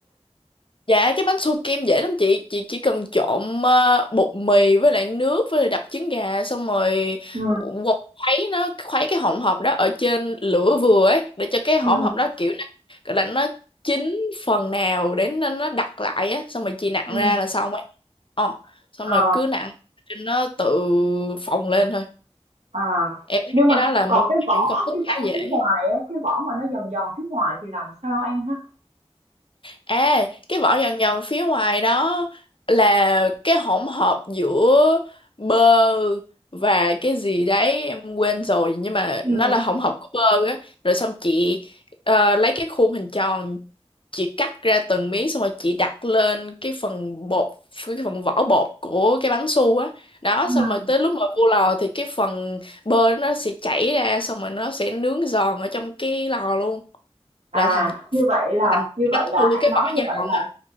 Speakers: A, on the left; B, on the right.
A: Dạ cái bánh xua kem dễ lắm chị Chị chỉ cần trộn ờ, bột mì với lại nước với lại đập trứng gà Xong rồi
B: ừ
A: quật khuấy nó Khuấy cái hỗn hợp đó ở trên lửa vừa ấy Để cho cái hỗn
B: ừ
A: hợp đó kiểu nó Gọi là nó chín phần nào Để nó, nó đặc lại á Xong rồi chị nặn
B: ừ
A: ra là xong ấy Ờ Xong
B: ờ,
A: rồi cứ nặn cho nó tự phồng lên thôi
B: à,
A: Em thấy
B: nhưng
A: cái
B: mà
A: đó là
B: còn
A: một
B: cái
A: trong
B: vỏ
A: những công thức
B: cái
A: khá
B: vỏ
A: dễ
B: phía ngoài á, cái vỏ mà nó giòn giòn phía ngoài thì làm sao ăn ha?
A: À, cái vỏ nhòn nhòn phía ngoài đó là cái hỗn hợp giữa bơ và cái gì đấy em quên rồi nhưng mà
B: ừ
A: nó là hỗn hợp của bơ á rồi xong chị ờ, lấy cái khuôn hình tròn chị cắt ra từng miếng xong rồi chị đặt lên cái phần bột cái phần vỏ bột của cái bánh su á đó
B: ừ
A: xong rồi tới lúc mà vô lò thì cái phần bơ nó sẽ chảy ra xong rồi nó sẽ nướng giòn ở trong cái lò luôn
B: À,
A: là thành
B: như vậy là
A: thành
B: như
A: cái
B: vậy
A: bánh su
B: là An
A: với cái
B: nói
A: vỏ
B: như
A: giòn
B: vậy là
A: á